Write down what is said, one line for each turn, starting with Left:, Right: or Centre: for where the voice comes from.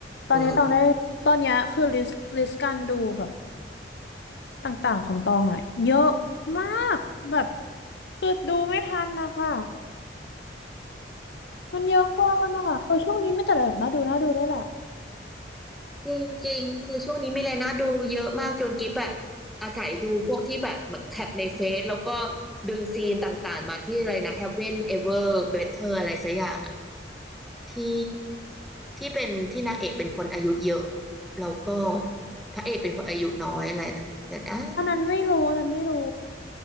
Left: ตอนนี้ตองได้ตอนเนี้ยคือลิสต์ลิสต์การดูแบบ
Centre: เออ
Left: ต่างๆของตองอ่ะเยอะมากแบบคือดูไม่ทันนะคะ มันเยอะเกินอ่ะเออช่วงนี้ไม่แต่แบบน่าดูน่าดูด้วยแหละ
Centre: จริงจริงคือช่วงนี้มีอะไรน่าดูเยอะมากจนกิ๊บแบบอาศัยดูพวกที่แบบเหมือนแคปในเฟซแล้วก็ดึงซีนต่างๆมาที่อะไรนะ Heaven Ever Better อะไรสักอย่างอะ ที่ที่เป็นที่นางเอกเป็นคนอายุเยอะแล้วก็พระเอกเป็นคนอายุน้อยอะไรแต่นะ
Left: อันนั้นไม่รู้อันนั้นไม่รู้